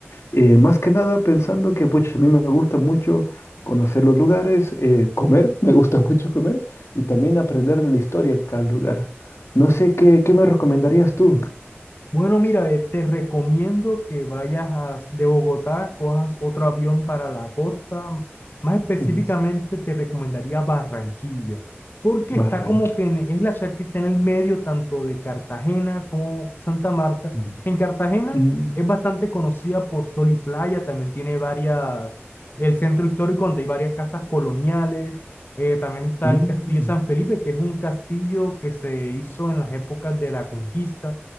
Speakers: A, on the left; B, on the left.
A: eh, más que nada pensando que pues, a mí me gusta mucho conocer los lugares, eh, comer, <laughs> me gusta mucho comer y también aprender de la historia de cada lugar. No sé qué, qué me recomendarías tú.
B: Bueno, mira, eh, te recomiendo que vayas a- de Bogotá, cojas otro avión para la costa. Más específicamente,
A: Ujú.
B: te recomendaría Barranquilla, porque
A: Barranquilla.
B: está como que en- es la ciudad que está en el medio tanto de Cartagena como Santa Marta.
A: Mm,
B: En Cartagena
A: mm,
B: es bastante conocida por sol y playa, también tiene varias, el centro histórico donde hay varias casas coloniales. eh, también está
A: mm,
B: el Castillo San Felipe, que es un castillo que se hizo en las épocas de la conquista